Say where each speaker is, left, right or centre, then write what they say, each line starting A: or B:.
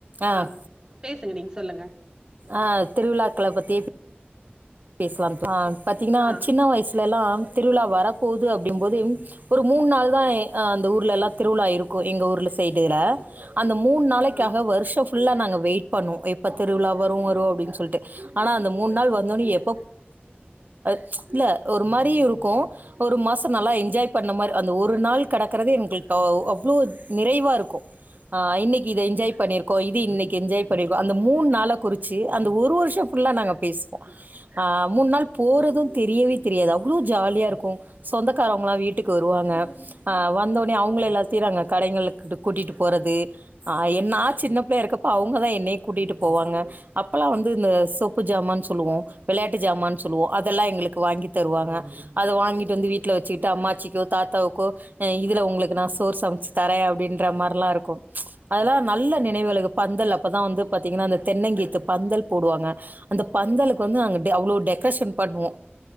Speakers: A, on the right; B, on the right.
A: ஆஹ்
B: ஆ பேசுங்க நீங்க சொல்லுங்க
A: ஆஹ் திருவுழாக்கள பத்தி பேஸ்லாம் தோ பாத்தீங்குனா
B: ஆ
A: சின்ன வய்ஸ்லலா திருவுழா வரப்போது அப்டிங்ம் போது ஒரு மூண் நாள் தா ஆஹ் அந்த ஊர்லெல்லா திருவுழா இருக்கு எங்க ஊர்ல சைடுல அந்த மூண் நாளைக்காக
B: ஆ
A: வருஷோ ஃபுல்லா நாங்க வெய்ட் பண்ணோ எப் ப்ப திருவுழா வரு வரு அப்டின்னு சொல்ட்டு ஆனா அந்த மூண் நாள் வந்தோனே எப் ச்சு இல்ல ஒரு மாரி இருக்கு ஒரு மாச நல்லா என்ஜாய் பண்ண மாரு அந்த ஒரு நாள் கடக்கறதே எங்களுக்கு அவ்ளோ நிறைவா இருக்கு ஆஹ் இன்னைக்கு இத என்ஜாய் பண்ணிர்க்கோ இது இன்னைக்கு என்ஜாய் பண்ணிர்க்கோ அந்த மூண் நாளப் குறிச்சு அந்த ஒரு வர்ஷோ ஃபுல்லா நாங்க பேஸ்வோ ஆஹ் மூண் நாள் போறது தெரியவே தெரியாது அவ்ளோ ஜாலியா இருக்கு சொந்தக்காரவ்ங்லா வீட்டுக்கு வருவாங்க ஆஹ் வந்த ஒனே அவுங்கள எல்லா செய்றாங்க கடைங்களுக்கிட்ட கூட்டிட்டு போறது ஆஹ் என் நா சின்ன ப்ளேயா இருக்கப்போ அவுங்கதா என்னய் கூட்டிட்டு போவாங்க அப்பலா வந்து இந்த சொப்புஜாமான் சொல்லுவோ வெளயாட்டு ஜாமான் சொல்லுவோ அதெல்லா எங்குளுக்கு வாங்கி தருவாங்க அத வாங்கிட் வந்து வீட்ல வச்சுக்ட்டு அம்மாச்சிக்கோ தாத்தா கோ அஹ் இதுல உங்ளுக்கு நா சோர் சம்ச்சு தரே அப்டின்ற மார்லா இருக்கு ச்சு அதுலா நல்ல நினைவுகளு பந்தல் அப்பதா வந்து பத் தீங்கனா அந்த தென்னங்கீத்து பந்தல் போடுவாங்க அந்த பந்தலு அங்க பே அவ்ளோ டெக்ரேஷன் பண்வோ